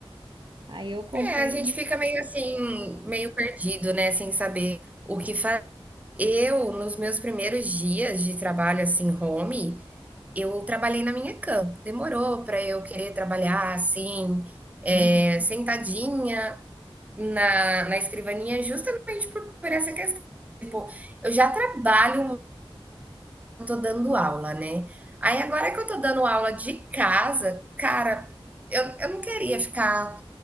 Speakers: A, on the right; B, on the right.
A: Aí eu comprei.
B: É, a gente fica meio assim, meio perdido, né? Sem saber o que fazer. Eu, nos meus primeiros dias de trabalho, assim, home, Eu trabalhei na minha cama. Demorou para eu querer trabalhar assim, eh,
A: Uhum.
B: sentadinha na, na escrivaninha, justamente por, por essa questão. Tipo, eu já trabalho, muito, eu tô dando aula, né? Aí agora que eu tô dando aula de casa, cara, eu, eu não queria ficar